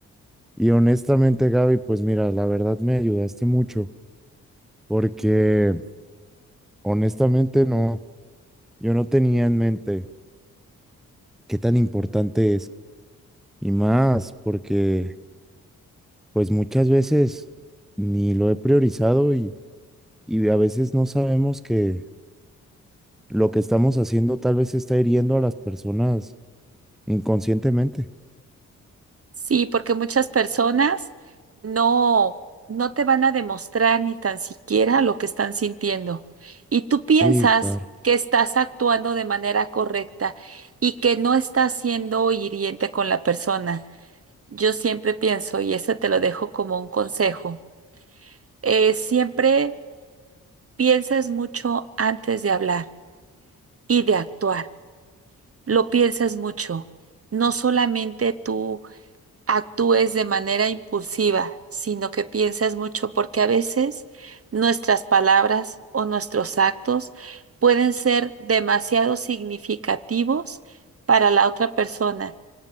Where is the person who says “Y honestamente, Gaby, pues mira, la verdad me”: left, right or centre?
Centre